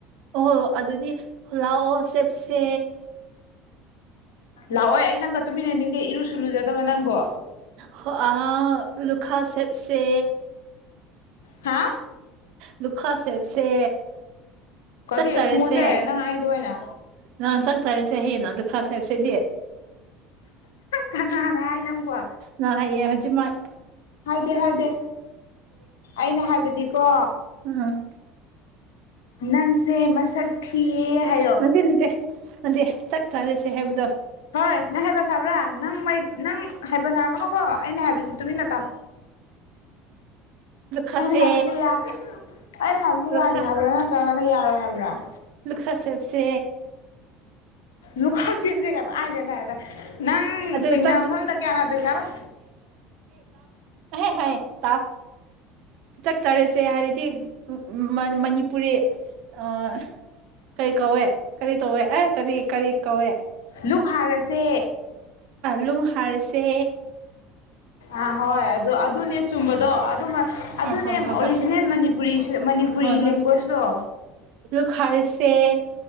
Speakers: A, on the right; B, on the left.
A: ꯑꯣꯍꯣꯏ ꯑꯗꯨꯗꯤ ꯂꯥꯛꯑꯣ ꯆꯦꯞꯁꯦ
B: ꯂꯥꯛꯑꯣꯏ ꯑꯩ ꯅꯪꯒ ꯇꯨꯃꯤꯟꯅꯅꯤꯡꯗꯦ ꯏꯔꯨꯁꯨ ꯂꯨꯖꯗꯕ ꯅꯪꯕꯣ
A: ꯍꯣ ꯍꯥꯎ ꯂꯨꯈꯥ ꯆꯦꯞꯁꯦ
B: ꯍꯥ
A: ꯂꯨꯈꯥ ꯆꯦꯞꯁꯦ
B: ꯀꯔꯤ
A: ꯆꯥꯛ ꯆꯔꯥꯁꯦ
B: ꯊꯨꯡꯉꯣꯁꯦ ꯅꯪ ꯍꯥꯏꯗꯣ ꯀꯩꯅꯣ
A: ꯅꯍꯥꯟ ꯆꯥꯛ ꯆꯥꯔꯦꯁꯦ ꯍꯥꯏꯅ ꯍꯥꯏꯌꯦ ꯑꯗꯨ ꯈꯔ ꯆꯦꯞꯁꯦꯗꯤ
B: ꯀꯅꯥꯅ ꯍꯥꯏ ꯅꯪꯕꯣ
A: ꯅꯪ ꯍꯌꯦꯡ ꯍꯩꯖꯤꯛꯃꯛ
B: ꯍꯥꯏꯗꯦ ꯍꯥꯏꯗꯦ ꯑꯩꯅ ꯍꯥꯏꯕꯗꯤꯀꯣ
A: ꯎꯝ
B: ꯅꯪꯁꯦ ꯃꯁꯛ ꯊꯤꯌꯦ ꯍꯥꯏꯕ
A: ꯅꯠꯇꯦ ꯅꯠꯇꯦ ꯆꯥꯛ ꯆꯥꯔꯥꯁꯦ ꯍꯥꯏꯕꯗꯣ
B: ꯍꯣꯏ ꯅꯪ ꯍꯩꯄ ꯁꯥꯕ꯭ꯔ ꯅꯪ ꯃꯩ ꯅꯪ ꯍꯩꯄꯥ ꯁꯥꯔꯛꯀꯅꯨꯀꯣ ꯑꯩꯅ ꯍꯥꯏꯕꯁꯤ ꯇꯨꯃꯤꯟꯅ ꯇꯥꯎ
A: ꯂꯨꯈꯥꯁꯦ
B: ꯑꯩꯅ ꯍꯥꯏꯕꯁ ꯌꯥ ꯑꯩꯅ ꯍꯥꯏꯕꯁꯦ ꯌꯥꯒꯦ
A: ꯂꯨꯈꯥ
B: ꯍꯥꯏꯕ꯭ꯔ ꯅꯠꯇ꯭ꯔꯒꯅ ꯌꯥꯔꯣꯏ ꯍꯥꯏꯕ꯭ꯔ
A: ꯂꯨꯈꯥ ꯁꯦꯞꯁꯦ
B: ꯂꯨꯈꯥ ꯁꯦꯞꯁꯦꯒ ꯄꯡꯍꯥꯏ ꯍꯥꯏꯖꯜꯂꯦꯕ ꯅꯪ
A: ꯑꯗꯨ
B: ꯊꯦꯡꯅꯕ
A: ꯆꯥꯛ
B: ꯃꯐꯝꯗ ꯀꯌꯥ ꯅꯇꯩ ꯆꯔꯣꯏ
A: ꯍꯥꯏ ꯍꯥꯏ ꯇꯥꯎ ꯆꯥꯛ ꯆꯥꯔꯁꯦ ꯍꯥꯏꯔꯗꯤ ꯎꯝ ꯃꯅꯤꯄꯨꯔꯤ ꯑꯥ ꯀꯔꯤ ꯀꯧꯋꯦ ꯀꯔꯤ ꯇꯧꯌꯦ ꯑꯦ ꯀꯔꯤ ꯀꯔꯤ ꯀꯧꯋꯦ
B: ꯂꯨꯛ ꯍꯥꯔꯥꯁꯦ
A: ꯂꯨꯛ ꯍꯔꯥꯁꯦ
B: ꯑꯥ ꯍꯣꯏ ꯑꯗꯨ ꯑꯗꯨꯅꯦ ꯆꯨꯝꯕꯗꯣ ꯑꯗꯨ ꯑꯗꯨꯅꯦ
A: ꯑ ꯍꯣꯏ
B: ꯑꯣꯔꯤꯖꯤꯅꯦꯜ
A: ꯍꯣꯏ ꯍꯣꯏ
B: ꯃꯅꯤꯄꯨꯔꯤ ꯃꯅꯤꯄꯨꯔꯤ
A: ꯍꯣꯏ ꯍꯣꯏ
B: ꯂꯦꯡꯒ꯭ꯋꯦꯁꯇꯣ
A: ꯂꯨꯛ ꯍꯔꯥꯁꯦ